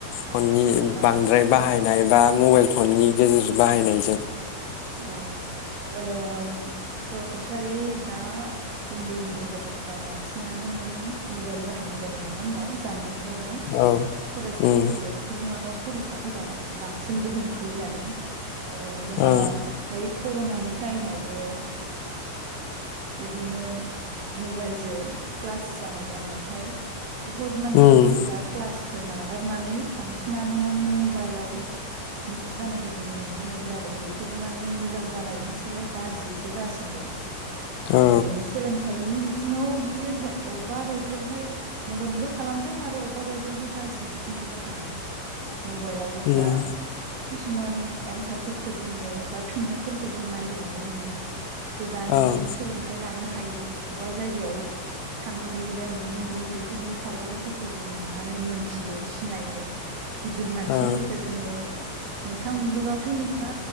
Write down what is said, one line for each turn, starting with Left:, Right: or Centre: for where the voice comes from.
Left: फननि
Right: औ
Left: बांद्राय
Right: औ
Left: बाहायनाय बा मबाइल फननि गेजेरजों बाहायनायजों
Right: औ सरासनस्रायै दा उन्दै उन्दै गथ'फोरा बांसिनानो माने मबाइल बाहायनाय जाबाय नङा होमबा जानबुं- खौहाय
Left: औ
Right: फरायसाफोर
Left: उम
Right: बेफोरनि मादाव फरायसाफोरा बांसिन गोहोम खोलैजादों। जोहा
Left: ओ
Right: बे कर'नानि टाइमावबो बिदिनो मबाइलजों क्लास जानाय जानायावहाय बुहुत माने
Left: उम
Right: गथ'फोरा क्लास खौ नागारनानै बांसिनानो माने मबाइलाव मुखुब जानायखौ जों नुनो मोनदों आरो बेफोरो माने मोजां जानायनिसोलाय गाज्रिसो जासिन दों।
Left: औ
Right: बेबायदिनो सोलोंथाइनि बिथिङाव बियो बबेबा बायदियावहाय मददबो खालामदों आरो अबेबा बायदियावहाय गाज्रि बिथिंजोंबो थांदों। मबाइलाव जों
Left: उम
Right: दा किसुमान एन्सारफोरफोरखौ जोङो बा फिननायफोरखौ जों ननायगिरनानै मोनो गोजाननि
Left: ओं
Right: लानो हायो अबेबा जायगायाव थांनो मोननि एबा नुनो मोननि बेफोरनि सावगारिफोरखौ जों नुनानै मोनथियो सिनायो। गिदिर मानसिफोरफोरखो
Left: ओं
Right: जोङो मोगथां मुलुगावथ' नुआ